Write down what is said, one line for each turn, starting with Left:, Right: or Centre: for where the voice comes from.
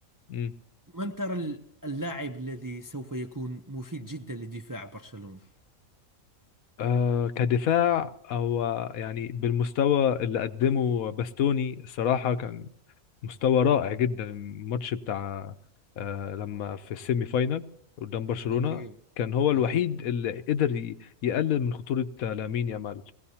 Left: امم
Right: من ترى ال- اللاعب الذي سوف يكون مفيد جدا لدفاع برشلونة
Left: آه كدفاع او يعني بالمستوى اللي قدمه باستوني الصراحة كان مستوى رائع جدا الماتش بتاع آه لما في السيمي فاينال قدام برشلونة
Right: اوكي
Left: كان هو الوحيد
Right: اوكي
Left: اللي قدر ي- يقلل من خطورة آه، لامين يامال